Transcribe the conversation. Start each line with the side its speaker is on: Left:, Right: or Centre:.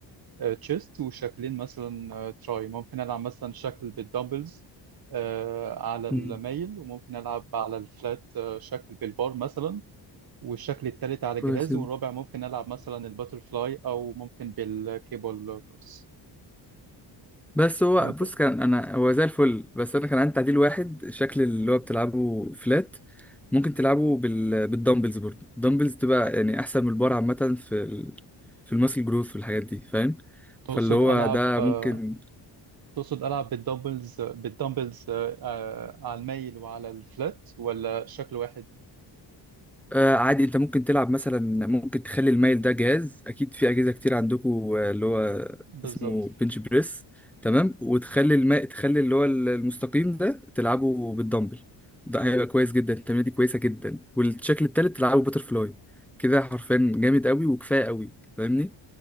Right: تشيست وشكلين مثلا آه، تراي ممكن ألعب مثلا شكل بالدمبلز آه، على الميل
Centre: مم.
Right: وممكن ألعب على الفلات آه، شكل بالبار مثلا والشكل التالت على
Centre: كويس
Right: جهاز
Centre: جدا.
Right: والرابع ممكن ألعب مثلا الباترفلاي أو ممكن بالكيبل كروس
Centre: بس هو
Right: وانت
Centre: بص كان انا هو زي الفل بس انا كان عندي تعديل واحد شكل اللي هو بتلعبه فلات ممكن تلعبه بال... بالدمبلز برضه الدمبلز تبقى يعني احسن من البار عامة في ال... في الماسل جروث والحاجات دي فاهم
Right: تقصد
Centre: فاللي هو
Right: ألعب
Centre: ده
Right: آه،
Centre: ممكن
Right: تقصد ألعب بالدمبلز بالدمبلز آه، آه، على الميل وعلى الفلات ولا شكل واحد
Centre: آه عادي انت ممكن تلعب مثلا ممكن تخلي المايل ده جهاز اكيد في اجهزه كتير عندكم آه، اللي هو
Right: بالظبط
Centre: اسمه بنش بريس تمام وتخلي الماء تخلي اللي هو المستقيم ده تلعبه بالدمبل ده هيبقى كويس جدا التمرينه دي كويسه جدا والشكل التالت تلعبه باتر فلاي كده حرفيا جامد قوي وكفايه قوي فاهمني